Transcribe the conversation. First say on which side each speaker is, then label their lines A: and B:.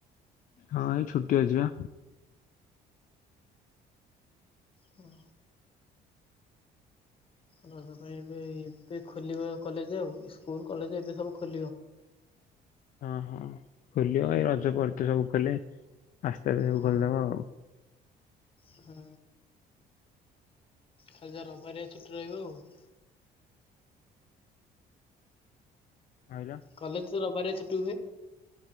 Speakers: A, on the left; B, on the left.
A: ହଁ ଏଇ ଛୁଟି ଅଛିି ବା।
B: ହଁ। ରଜ ପାଇଁ ଏବେ ଏବେ ଖୋଲିବ କଲେଜ ଆଉ ସ୍କୁଲ କଲେଜ ଏବେ ସବୁ ଖୋଲିବ।
A: ହଁ ହଁ ଖୋଲିବ ଏଇ ରଜ ପରେ ତ ସବୁ ଖୋଲେ ଆସ୍ତେ ଆସ୍ତେ ସବୁ
B: ହଁ
A: ଖୋଲିଦବ ଆଉ।
B: ହୁଁ ଖାଲି ଯା ରବିବାରିଆ ଛୁଟି ରହିବ ଆଉ।
A: <unintelligible>
B: କଲେଜ ତ ରବିବାରିଆ ଛୁଟି ହୁଏ।